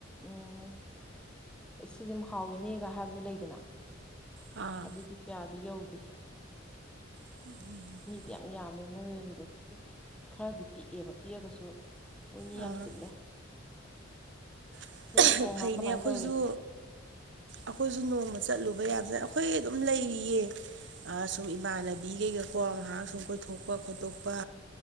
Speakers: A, in the centre; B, on the right.
A: ꯎꯝ ꯁꯤꯁꯦꯝ ꯍꯥꯎꯏꯅꯦꯒ ꯍꯥꯏꯕꯗꯨ ꯂꯩꯗꯅ
B: ꯑꯥ
A: ꯑꯗꯨꯗꯤ ꯀꯌꯥꯗꯤ ꯌꯧꯗꯦ꯫
B: <unintelligible>
A: ꯌꯝ ꯌꯥꯝ ꯑ ꯃꯣꯏꯒꯤꯗꯣ ꯄꯤꯛ ꯈꯔꯗꯤ ꯄꯤꯛꯑꯦꯕ ꯄꯤꯛꯑꯒꯁꯨ ꯃꯣꯏ ꯃꯤ
B: ꯑꯥ
A: ꯌꯥꯝ ꯆꯤꯜꯂꯦ꯫
B: <unintelligible>
A: ꯅꯣꯏꯗꯤ ꯀꯃꯥꯏ
B: ꯐꯩꯅꯦ
A: ꯀꯃꯥꯏꯅ
B: ꯑꯈꯣꯏꯁꯨ
A: ꯇꯧꯔꯤ
B: ꯑꯈꯣꯏꯁꯨ ꯅꯣꯡꯃ ꯆꯠꯂꯨꯕ ꯌꯥꯝꯖ ꯑꯈꯣꯏ ꯑꯗꯨꯝ ꯂꯩꯔꯤꯌꯦ꯫ ꯑꯥ ꯁꯨꯝ ꯏꯃꯥꯟꯅꯕꯤ ꯀꯩꯒꯀꯣ ꯉꯥꯏꯍꯥꯛ ꯁꯨꯝ ꯀꯣꯏꯊꯣꯛꯄ ꯈꯣꯠꯇꯣꯛꯄ꯫